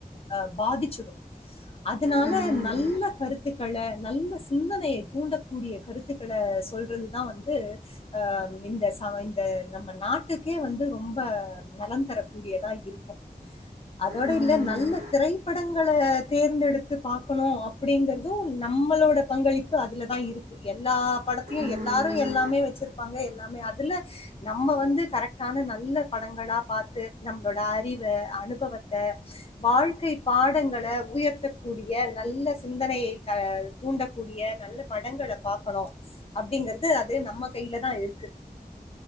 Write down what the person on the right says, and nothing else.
ம்
ம்
ம்